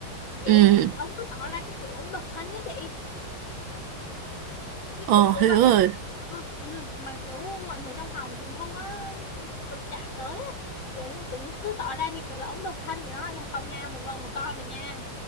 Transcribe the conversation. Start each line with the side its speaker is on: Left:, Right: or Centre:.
Left: Kiểu
Right: ừ.
Left: ông cứ tỏ ra cái kiểu ông độc thân đó chị. Cái
Right: ờ,
Left: kiểu kiểu
Right: hiểu
Left: vậy
Right: rồi.
Left: á. ừ, ừ, mà kiểu mọi người trong phòng cũng không có đụng chạm tới á. kiểu cũng cứ tỏ ra như kiểu là ống độc thân vậy đó nhưng mà không nha một vợ một con rồi nha